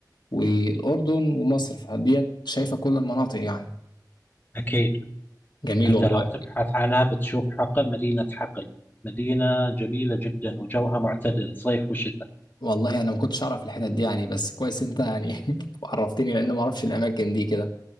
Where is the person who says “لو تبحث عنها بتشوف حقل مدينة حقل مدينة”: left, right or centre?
Left